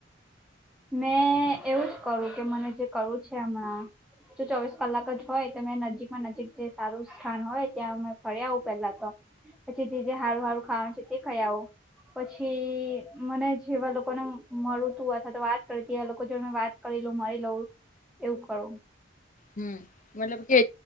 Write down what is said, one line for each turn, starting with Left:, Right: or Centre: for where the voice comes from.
Centre: મેં એવું જ કરું કે મને જે કરવું છે હમણાં જો ચોવીસ કલાક જ હોય તો મેં નજીકમાં નજીક જે સારું સ્થાન હોય ત્યાં મે ફરી આવું પેલા તો પછી જે જે હારું હારું ખાવાનું છે તે ખાઈ આવો પછી મને જેવા લોકોને મળતું અથવા તો વાત તો તેવા લોકો જોડે હું વાત કરી લઉ મારી લઉં એવું કરું.
Left: હમ મતલબ કે